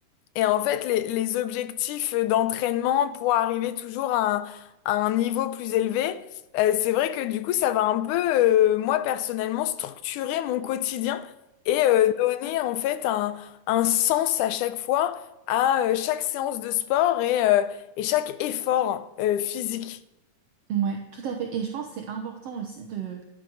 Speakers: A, on the left; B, on the right.
A: et en fait, les, les objectifs d'entraînement pour arriver toujours à un, à un niveau plus élevé, euh, c'est vrai que du coup, ça va un peu, euh, moi personnellement, structurer mon quotidien et euh, donner en fait un, un sens à chaque fois, à euh, chaque séance de sport et, euh, et chaque effort euh, physique.
B: mm. Ouais, tout à fait. Et je pense que c'est important aussi de